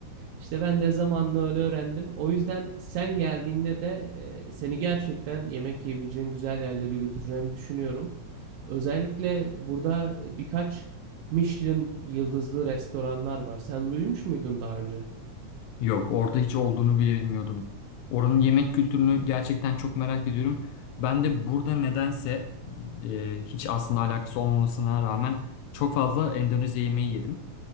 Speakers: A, on the right (about 85°); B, on the left (about 80°).
A: İşte ben de zamanla öyle öğrendim. O yüzden sen geldiğinde de e, seni gerçekten yemek yiyebileceğin güzel yerlere götüreceğimi düşünüyorum. Özellikle burada birkaç Michelin yıldızlı restoranlar var. Sen duymuş muydun daha önce?
B: Yok orada hiç olduğunu bile bilmiyordum. Oranın yemek kültürünü gerçekten çok merak ediyorum. Ben de burada nedense e, hiç aslında alakası olmamasına rağmen çok fazla Endonezya yemeği yedim.